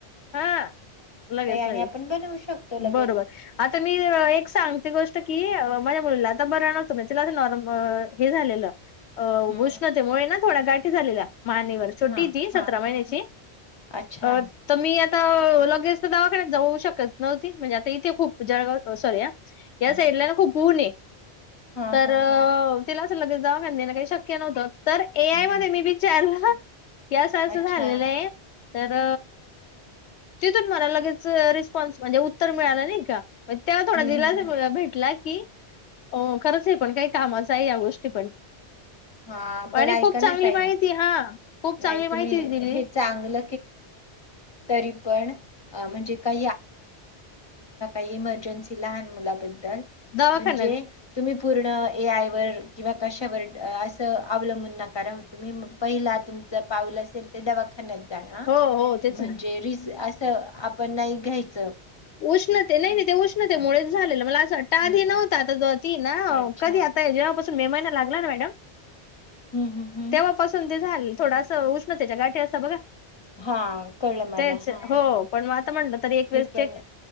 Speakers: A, on the left (about 75°); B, on the left (about 25°).
A: हा लगेच
B: आणि
A: लगेच
B: आपण बनवू शकतो लगेच
A: बरोबर आता मी एक सांगते गोष्ट की माझ्या मुलीला आता बरं नव्हतं म्ह तिला नॉर्म हे झालेलं अ
B: हम्म.
A: भुषणते मु ना थोडा गाठी झालेल्या माहानेवर छोटी
B: हा
A: ती सतरा
B: हा
A: महिन्याची
B: हा अच्छा
A: अ मी आता लगेच तर दावाखान्यात जाऊ शकत नव्हती म्हणजे आता इथे खूप जळगाव सॉरी या
B: हा
A: साईडला ना खूप ऊन आहे
B: हा
A: तर
B: हा हा
A: तिला असं लगेचदा पे ना काही शक्या ना उ द तर ए आय
B: हम्म
A: मध्ये मी विचारलं यासं
B: अच्छा
A: झालेलं आहे तार तथून म लगेच रिस्पन्स म्हणजे उत्तर मिळाला नाही का तेव्हा थोडा
B: हम्म
A: दिलासा
B: हम्म हम्म
A: भेटला की हो खरंच आहे पण काही कामाचं आहे या गोष्टी पण
B: हा पण
A: आणि
B: ऐका
A: खूप चांगली
B: ना ताई
A: माहिती हा खूप चांगली
B: नाही
A: माहिती
B: तुम्ही
A: दिली
B: हे चांग त पण म्हणज का इम लब
A: दवाखान्यात
B: म्हणजे तुम् पूर्ण ए आय व किंवा कशावर असं अवलंबून नकारव तुम्ही पहिला तुमचं पाऊल असेल ते दवाखान्यात
A: हो हो तेच
B: म्हणेजे
A: ना
B: आपण नाही घ्यायच
A: उष्णते नाही नाही ते उष्णते
B: हा
A: मुच झालेलं मला असं वाटतं आधी
B: हम्म
A: नव्हता
B: हम्म
A: आता ती ना
B: अच्छा
A: कधी आता जेव्हापासून मे महिना लागला ना मॅडम
B: हम्म हम्म हम्म
A: तेव्हापासून ते झाले थोडा उष्णतेच्या गाठी असा बघा
B: हा कळलं मला
A: तेच
B: हा
A: हो
B: हा
A: पण मग आता म्हटलं तरी एकस
B: पण